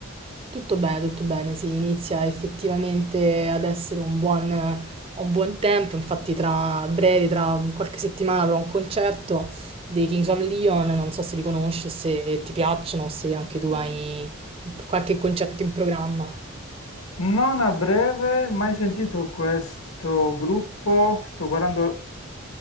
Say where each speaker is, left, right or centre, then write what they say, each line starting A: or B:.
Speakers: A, on the right; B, on the left.
A: Tutto bene, tutto bene, sì, inizia effettivamente ad essere un buon, un buon tempo, infatti tra breve, tra qualche settimana avrò un concerto dei Kings of Leon, non so se li conosci, se ti piacciono, se anche tu hai qualche concerto in programma.
B: Non a breve, mai sentito questo gruppo, sto guardando